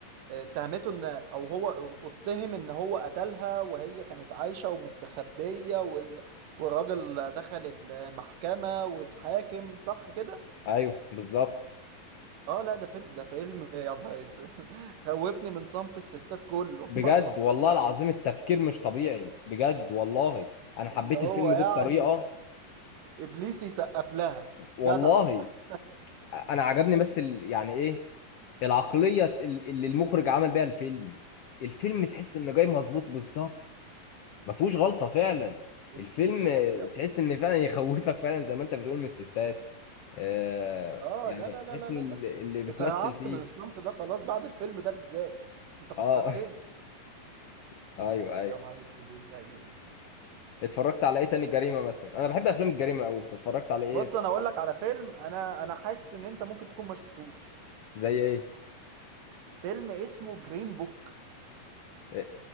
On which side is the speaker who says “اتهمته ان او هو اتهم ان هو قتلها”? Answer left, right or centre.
Right